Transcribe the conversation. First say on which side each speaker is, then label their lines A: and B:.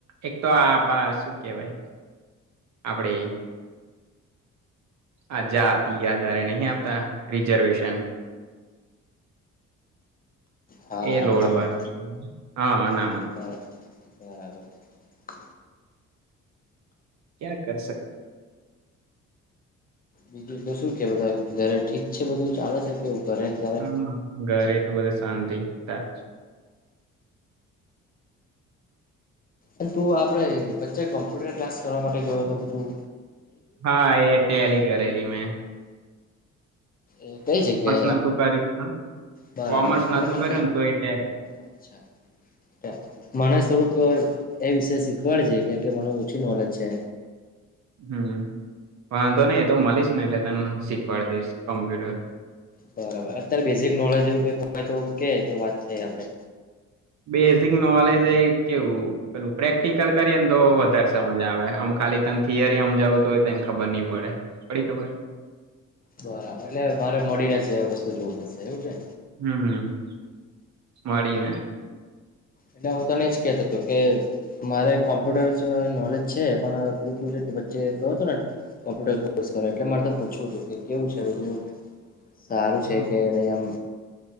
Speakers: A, on the right; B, on the left.
A: એક તો આ આપ શું કેવાય આપડી આ જાતી આધારે નહી આપતા રિઝર્વેશન
B: હા
A: એ લોડ
B: અનામત
A: વાળું છે હા હના.
B: <unintelligible> <inaudible>
A: ક્યા કર સ
B: બીજું તો શું છે, બધા ઘરે ઠીક છે, બધું ચાલે છે, કેવું. ઘરે તારે
A: હમ ઘરે. <unintelligible> શાંતિ હતા.
B: અને તું આપડે બચ્ચે કોમ્પ્યુટર ક્લાસ કરવા માટે જોયો તો તું.
A: હા એટલી <unintelligible> ડેલી મે.
B: એ કઈ છે, કે
A: નતું કર્યું
B: બરાબર
A: કોમર્સ નતું
B: એટ મને
A: કર્યું ને તો એ ટેલી
B: અચ્છા મને થોડુંક એ વિષ શીખવાડજે કેમ કે મને ઓછી નોલેજ છે.
A: હમ વાંધો નહી એતો મળીશ ને એટલે તને શીખવાડી દઈશ કોમ્પ્યુટર.
B: બરાબર અત્યારે બેઝિક નોલેજ એવું કઈક હોય તો કે તો વાત થાય આપડે.
A: બેઝિક નોલેજ એ કેવું પેલું પ્રેક્ટિકલ કરીએ ને તો વધારે સમજ આવે આમ ખાલી તને થિયરી આમ જવું તોું હોય તને ખબર નહી પડે પડી ખબર.
B: બરાબર એટલે મારે મળીને છે, વસ્તુ જોવું પડશે એવું છે.
A: હમ હમ <unintelligible>
B: એટલે હું તને એજ કેતો હતોું કે મારે કોમ્પ્યુટર નોલેજ છે, પણું વચ્ચે કું ને કોમ્પ્યુટર કો એટલે મારે પૂછવું હતું કે કેવું <unintelligible> સારું છે,
A: હમ.
B: કે ન આમ.